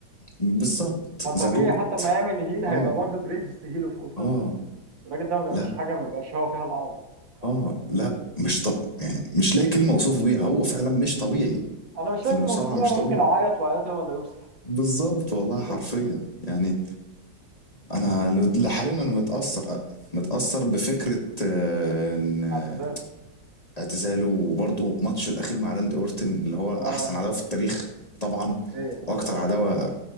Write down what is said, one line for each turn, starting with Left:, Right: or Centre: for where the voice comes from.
Left: بالظبط
Right: فطبيعي
Left: ذا جوت
Right: حتى ما يعمل هيل هيبقى
Left: اه
Right: برضه جريتست هيل اوف اول تايم
Left: اه
Right: الراجل ده ما بيعملش
Left: لا
Right: حاجه ما بيبقاش هو فيها الاعظم آه.
Left: اه
Right: آه.
Left: لا مش طب يعني مش لاقي كلمة اوصفه بيها هو فعلا مش طبيعي
Right: انا مش
Left: في
Right: لكن
Left: المصارعة
Right: موصوف بيه
Left: مش
Right: انا
Left: طبيعي
Right: ممكن اعيط وعياطي هو اللي يوصل
Left: بالظبط والله حرفيا
Right: <laughs>
Left: يعني انا لحاليا انا متأثر متأثر بفكرة آه، ان
Right: اعتزال
Left: اعتزاله وبرضه ماتشه الاخير مع راندي اورتن اللي هو
Right: اه
Left: احسن عداوه في التاريخ طبعا
Right: حرفيا
Left: واكتر
Right: والله
Left: عداوه
Right: يعني.